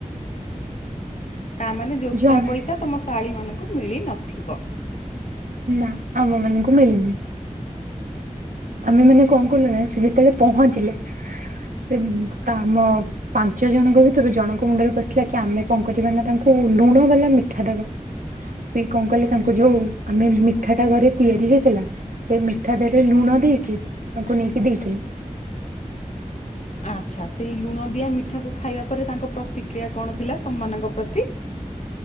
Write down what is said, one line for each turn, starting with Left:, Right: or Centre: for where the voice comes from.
Left: ତାମାନେ ଜୋତା
Right: ଜଣା
Left: ପଇସା ତମ ଶାଳୀ ମାନଙ୍କୁ ମିଳି ନଥିବ?
Right: ନା ଆମ ମାନଙ୍କୁ ମିଳିନି। ଆମେ ମାନେ କଣ କଲୁ ନା ସେ ଯେତେବେଳେ ପହଞ୍ଚିଲେ ସେ ଆମ ପାଞ୍ଚ ଜଣକ ଭିତରୁ ଜଣଙ୍କ ମୁଣ୍ଡରେ ପଶିଲା କି ଆମେ କଣ କରିବା ନା ତାଙ୍କୁ ଲୁଣ ବାଲା ମିଠା ଦବା। ସେ କଣ କଲେ ତାଙ୍କୁ ଯୋଉ ଆମେ ମିଠାଟା ଘରେ ତିଆରି ହେଇଥିଲା ସେ ମିଠା ଦେହରେ ଲୁଣ ଦେଇକି ତାଙ୍କୁ ନେଇକି ଦେଇଥିଲି।
Left: ଆଚ୍ଛା ସେଇ ଲୁଣ ଦିଆ ମିଠାକୁ ଖାଇବା ପରେ ତାଙ୍କ ପ୍ରତିକ୍ରିୟା କଣ ଥିଲା ତମମାନଙ୍କ ପ୍ରତି।